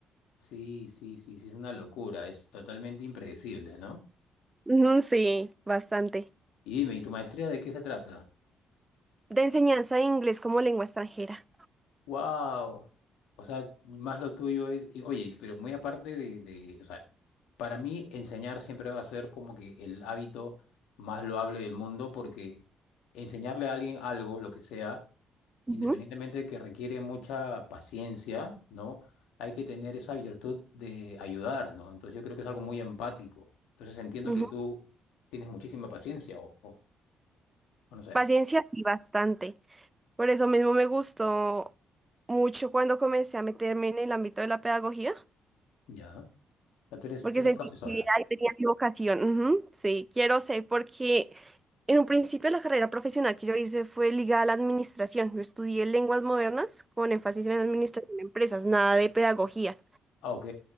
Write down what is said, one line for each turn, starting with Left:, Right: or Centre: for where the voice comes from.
Left: Sí, sí, sí, sí, es una locura, es totalmente impredecible, ¿no?
Right: Ujú, sí, bastante.
Left: Y dime, ¿y tu maestría de qué se trata?
Right: De enseñanza de inglés como lengua extranjera.
Left: ¡Wow! O sea, más lo tuyo es, y, oye, pero muy aparte de, de, o sea, para mí enseñar siempre va a ser como que el hábito más loable del mundo, porque enseñarle a alguien algo, lo que sea,
Right: Ujú,
Left: independientemente de que requiere mucha paciencia, ¿no? Hay que tener esa virtud de ayudar, ¿no? Entonces yo creo que es algo muy empático. Entonces entiendo
Right: ujú.
Left: que tú tienes muchísima paciencia o, o- o no sé,
Right: Paciencia, sí, bastante. Por eso mismo me gustó mucho cuando comencé a meterme en el ámbito de la pedagogía,
Left: ya. O sea, tú eres,
Right: porque
Left: tú eres
Right: sentí
Left: profesora.
Right: que ahí tenía mi vocación. Ujú, sí, quiero ser, porque en un principio la carrera profesional que yo hice fue ligada a la administración. Yo estudié lenguas modernas con énfasis en administración de empresas, nada de pedagogía.
Left: Ah, ok,